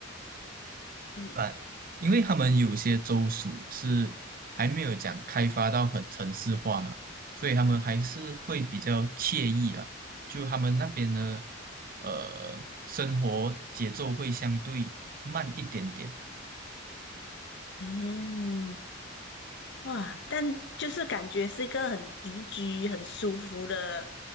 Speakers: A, on the left (about 55°); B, on the right (about 45°).
A: 嗯
B: 但因为他们有些州属是还没有讲开发到很城市化嘛，所以他们还是会比较惬意啊。就他们那边的呃生活节奏会相对慢一点点，
A: 嗯，哇，但就是感觉是一个很宜居、很舒服的